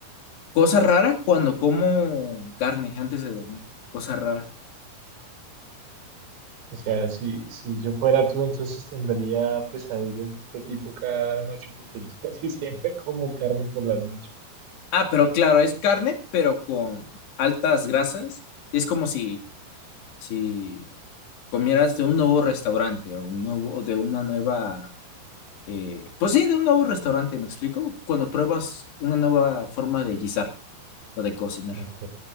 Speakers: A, on the left; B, on the right.
A: Cosa rara cuando como carne antes de dormir. Cosa rara.
B: O sea, si, si yo fuera tú, entonces tendría pesadillas de este tipo cada noche, porque yo <laughs> casi siempre como carne por las noches.
A: Ah, pero claro, es carne, pero con altas grasas. Es como si, si comieras de un nuevo restaurante o, un nuevo, o de una nueva... eh, pues sí, de un nuevo restaurante, ¿me explico? Cuando pruebas una nueva forma de guisar o de cocinar.
B: Ok,